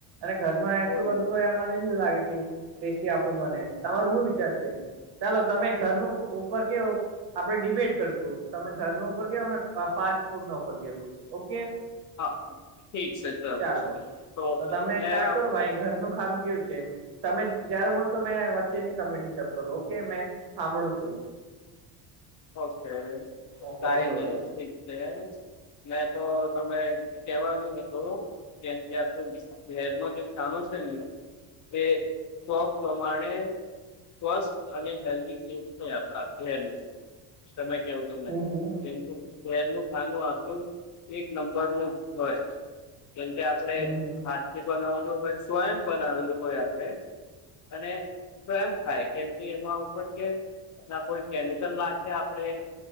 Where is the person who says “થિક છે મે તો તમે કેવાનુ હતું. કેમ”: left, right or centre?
Left